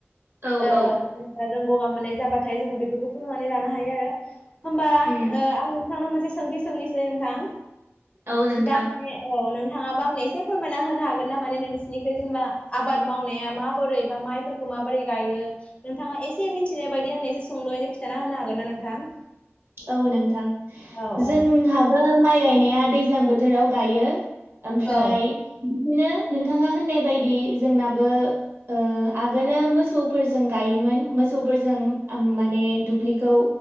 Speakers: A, on the right (about 60°); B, on the left (about 25°).
A: औ
B: ओ
A: औ
B: जेनेबा जों गगा मोननाय जाबा नाय जों बेफोरखौ फुदुंनानै लानो हायो आरो। होमबा
A: उम
B: ओ आं नोंथांनाव मोनसे सोंथि सोंनिसै नोंथां
A: औ नोंथां
B: दा बे औ नों थाङाबा आंनो एसे फोरमायना होनो हागोन ना माने नोंसोरनिखौ जेनेबा आबाद मावनाया माबोरै बा माइफोरखौ माबोरै गायो नोंथाङा एसे मिथिनाय बायदि आंनो एसे सोंलुयैनो खिन्थाना होनो हागोना? हागोनना नोंथां
A: औ नोंथां
B: औ
A: जोंहाबो
B: औ
A: माइ गाय नाया दैज्लां बोथोराव गायो। ओमफ्राय
B: औ
A: बिदिनो नोंथांङा होननाय बायदि जोंनाबो ओ आगोलो मोसौफोरजों गायोमोन। मोसौफोरजों आम माने दुब्लिखौ